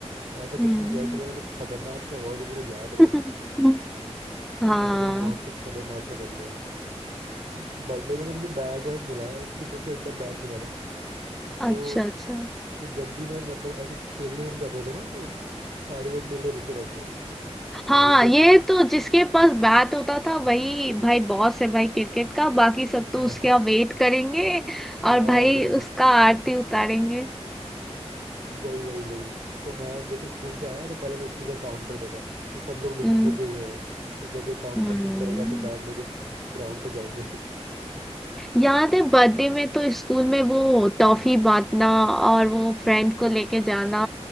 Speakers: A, on the right; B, in the centre.
A: तो ऐसा कुछ
B: हम्म
A: नहीं किया कि मैंने कुछ खतरनाक सा हुआ हो जो मेरे को याद
B: <laughs>
A: रहे कि
B: हाँ
A: मतलब मैंने बहुत कुछ खतरनाक सा कर लिया हूँ बर्थडे में तो मुझे बैट वैट मिला है क्रिकेट का एक बार बैट मिला था तो,
B: अच्छा अच्छा
A: तो जब भी मैं मतलब ऐसे खेलने हम जाते थे ना तो सारे लोग मेरे लिए रुके रहते थे कि
B: हाँ
A: भाई जब
B: ये तो जिसके पास बैट होता था वही भाई बॉस है भाई क्रिकेट का बाकी सब
A: हाँ
B: तो उसके यहाँ वेट करेंगे और
A: हाँ,
B: भाई
A: वही
B: उसका आरती उतारेंगे
A: वही वही वही तो मैं जैसे स्कूल से आया तो पहले मैं स्कूल का काम करता था तो सब लोग रु-
B: हम्म
A: रुके हुए हैं कि जब ये काम
B: हम्म।
A: खत्म करेगा तो बैट लेके ग्राउंड पे जाएंगे <laughs>
B: याद है बर्थडे में तो स्कूल में वो टॉफी बांटना और वो फ्रेंड को लेके जाना